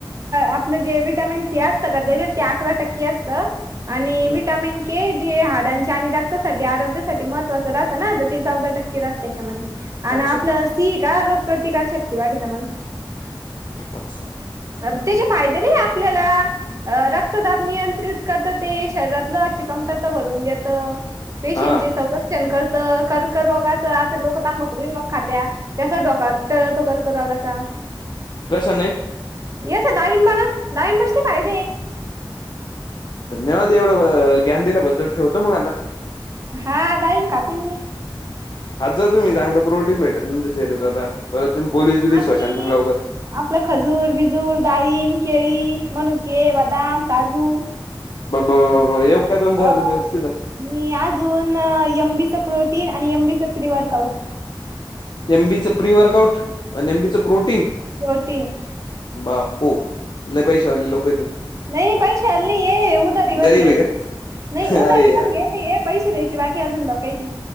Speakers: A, on the right; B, on the left.
A: आपलं जे विटामिन सी असतं का त्याच्यात, ते अकरा टक्के. के असतं, आणि
B: हम्म,
A: वीटामीन के. जे हाडांच्या आणि रक्तासाठी आरोग्यासाठी महत्वाच राहत ना, ते चौदा टक्के राहत त्याच्यामध्ये. आणि
B: अच्छा
A: आपलं सी का रोगप्रतिकार शक्ती वाढवत माणसाची.
B: अच्छा...
A: त्याचे फायदे लई आपल्याला, रक्तदाब नियंत्रित करत ते शरीरात, लोहा ची कमतरता भरून घेतं, पेशीं
B: हा
A: ची संरक्षण. संरक्षण करतं, कर्कररोगाच आता लोकं तांबकु बींमाकु खात्यात. त्याचा धोका टळतो कर्करोगाचा.
B: कश्याने?
A: येचा डाळिंबाना, डाळिंबाचे फायदे.
B: धन्यवाद एवढं ज्ञान दिल्याबद्दल, ठवतो मग आता.
A: हा डाळिंब खाते मी
B: खात जा तुम्ही, चांगलं प्रोटीन भेटल तुमच्या शरीराला, परत तुम्ही पोलीस बीलीस
A: आणि
B: होशान मग लावकर.
A: आपलं खजूर, बिजूर, डाळीब, केळी, मणुके, बदाम, काजू.
B: ब येऊ काय दोन चार
A: अ
B: दिवस तिथं?
A: मी अजून यमबीचं प्रोटीन, आणि यमबीचं pre work out.
B: M B च प्री वर्कआउट, आणि एमबीच प्रोटीन.
A: प्रोटीन
B: बापू, लय पैसे वाले लोक आय तुम्ही.
A: नाही नाही पैसे वाली नाहीये, उदारी वर
B: गरीब
A: घे,
B: आहे
A: नाही
B: का
A: उदारी
B: अरे यार
A: वर घेयचं. पैसे द्यायची बाकीअजून लोकायचे.